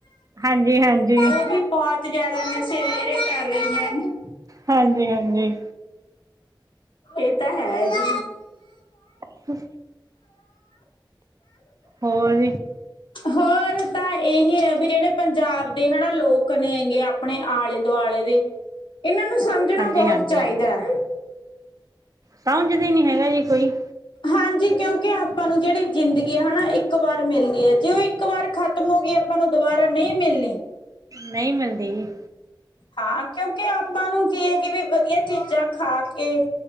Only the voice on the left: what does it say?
ਉਹ ਬਹੁਤ ਜਿਆਦਾ ਨਸ਼ੇ ਜਿਹੜੇ ਕਰ ਰਹੇ ਨੇ।
ਇਹ ਤਾ, ਹੈਜੀ।
ਹੋਰ ਤਾਂ ਇਹੀ ਹੈ, ਵੀ ਜਿਹੜੇ ਪੰਜਾਬ ਦੇ ਹਨਾ ਲੋਕ ਨੇਂ ਗੇ, ਆਪਣੇ ਆਲੇ-ਦੁਆਲੇ ਦੇ ਇਹਨਾਂ ਨੂੰ ਸਮਝਣਾ
ਬਹੁਤ
ਚਾਹੀਦਾ।
ਹਾਂਜੀ, ਕਿਉਂਕਿ ਆਪਾਂ ਨੂੰ ਜਿਹੜੀ ਜ਼ਿੰਦਗੀ ਹੈ ਹਣਾ ਇੱਕ ਵਾਰ ਮਿਲਦੀ ਐ, ਜੇ ਉਹ ਇੱਕ ਵਾਰ ਖਤਮ ਹੋ ਗਈ ਆਪਾਂ ਨੂੰ ਦੁਬਾਰਾ ਨਹੀਂ ਮਿਲਣੀ।
ਹਾਂ, ਕਿਉਂਕਿ ਆਪਾ ਨੂੰ ਕੀ‌ ਹੇਗੀ ਵੀ ਵਧੀਆ ਚੀਜ਼ਾਂ ਖਾਕੇ